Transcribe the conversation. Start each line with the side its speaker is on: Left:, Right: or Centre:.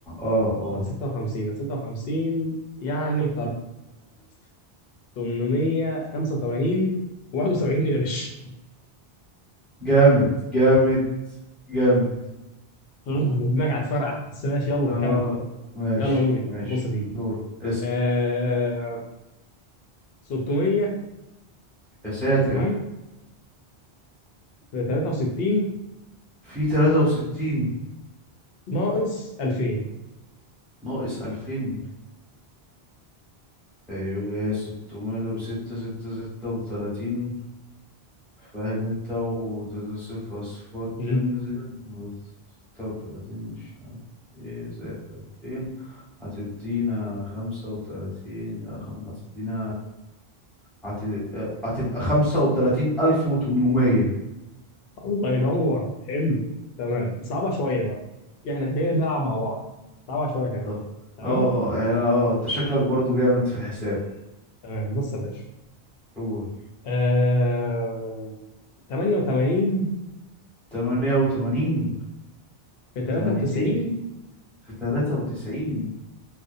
Centre: اه اه
Left: على 56 على 56 يعني 13885 و71 قرش
Centre: جامد جامد جامد
Left: <laughs> دماغي هتفرقع بس ماشي يلا
Centre: اه
Left: كمل
Centre: ماشي
Left: يلا دوري
Centre: ماشي
Left: بص يا سيدي
Centre: دور اسأل
Left: آه 600
Centre: يا ساتر
Left: تمام في 63
Centre: في 63
Left: ناقص 2000
Centre: ناقص 20 ايوه 606 636 فاهم انت و صفر اصفار
Left: مم.
Centre: تنزل و 36 مش عارف ايه زائد 2000 هتدينا 35 لا خمسة هتدينا هت... هتبقى 35800
Left: الله ينور حلو تمام صعبة شوية بقى احنا كده بنلعب مع بعض صعبة شوية كمان
Centre: صح
Left: تمام
Centre: اه يعني اه انت شكلك برضو جامد في الحساب
Left: تمام بص يا باشا
Centre: قول
Left: آه 88
Centre: 88 82
Left: في 93
Centre: في 93